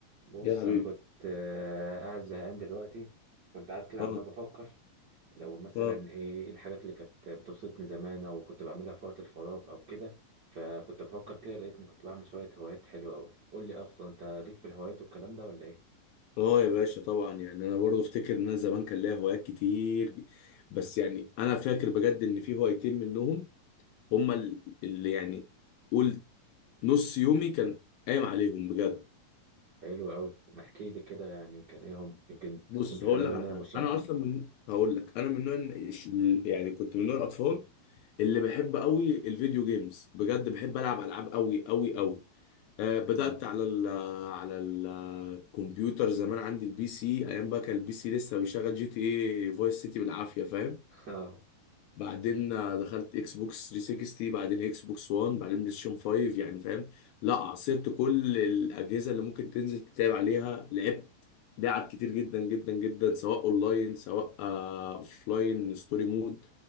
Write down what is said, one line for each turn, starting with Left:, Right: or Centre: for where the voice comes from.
Right: بص
Left: يا حبيبي
Right: انا كنت آه، قاعد زهقان دلوقتي كنت قاعد كده
Left: اه
Right: عمال بفكر لو مثلا
Left: اه
Right: ايه إيه الحاجات اللي كانت بتبسطني زمان او كنت بعملها في وقت الفراغ او كده فكنت بفكر كده لقيتني كنت بعمل شوية هوايات حلوة قوي قول لي اصلا انت ليك في الهوايات والكلام ده ولا ايه
Left: اه يا باشا طبعا يعني انا برضو افتكر ان انا زمان كان ليا هوايات كتير دي. بس يعني انا فاكر بجد ان في هوايتين منهم هما ال- اللي يعني قول نص يومي كان قايم عليهم بجد
Right: حلو قوي ما احكي لي كده يعني كان ايه هم يمكن تكون
Left: بص
Right: في
Left: هقول
Right: حاجة بيننا
Left: لك على حاجه
Right: مشتركة
Left: انا اصلا من هقول لك انا من نوع ال- يعني كنت من نوع الاطفال اللي بحب قوي الفيديو جيمز بجد بحب العب العاب قوي قوي قوي آه، بدأت
Right: مم.
Left: على ال على الكمبيوتر زمان عندي البي سي ايام بقى كان البي سي لسه بيشغل جي تي اي فايس سيتي بالعافية فاهم
Right: <laughs> اه
Left: بعدين آه، دخلت اكس بوكس 360 بعدين اكس بوكس 1 بعدين بلاي ستيشن 5 يعني فاهم لا عصرت كل الاجهزه اللي ممكن تنزل تتابع عليها لعبت لعب كتير جدا جدا جدا سواء اونلاين سواء اوف لاين ستوري مود